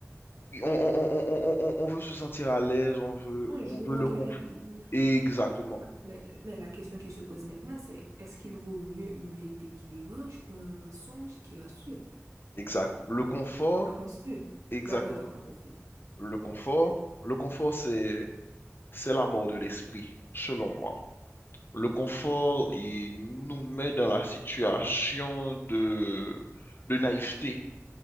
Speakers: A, on the left; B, on the right.
A: on, on- on- on- on- on veut se sentir à l'aise, on veut,
B: Un
A: on
B: jour,
A: veut
B: on
A: le
B: tolérer.
A: confort. Exactement,
B: Bah, bah, mais, mais la question qui se pose maintenant, c'est est-ce qu'il vaut mieux une vérité qui dérange ou un mensonge qui rassure?
A: exact. Le confort,
B: Qu'en penses-tu?
A: exactement.
B: D'après toi, qu'en penses-tu?
A: Le confort, le confort, c'est, c'est la mort de l'esprit, selon moi. Le confort, il nous met dans la situation de, de naïveté.